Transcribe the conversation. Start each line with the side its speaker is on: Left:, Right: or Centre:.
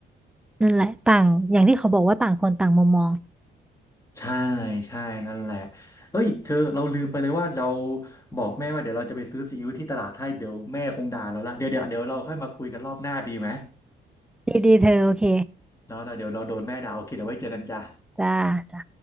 Centre: นั่นแหละต่างอย่างที่เขาบอกว่าต่างคนต่างมุมมอง
Left: ใช่ใช่นั่นแหละเอ้ยเธอเราลืมไปเลยว่าเราบอกแม่ว่าเดี๋ยวเราจะไปซื้อซีอิ๊วที่ตลาดให้เดี๋ยวแม่คงด่าเราละเดี๋ยวเดี๋ยวเดี๋ยวเราค่อยมาคุยกันรอบหน้าดีไหม
Centre: ดีดีเธอโอเค
Left: เนาะเนาะเดี๋ยวเราโดนแม่ด่าโอเคเดี๋ยวไว้เจอกันจ้ะ
Centre: จ้าจ้า